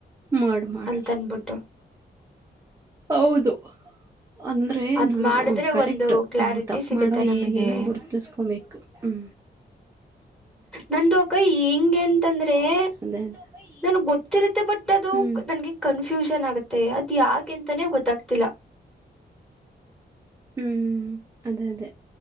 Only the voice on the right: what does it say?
ಮಾಡು ಮಾಡು
ಹೌದು ಅಂದರೆ
ನಾ
ಕರೆಕ್ಟು
ನಾವು ತಪ್ಪು
ಮಾಡೋ
ಏರಿಯನ ಗುರುತಿಸ್ಕೋಬೇಕು ಹ್ಞ
ಅದೇ ಅದೇ
ಹ್ಮ್
ಹ್ಮ್. ಅದೇ ಅದೇ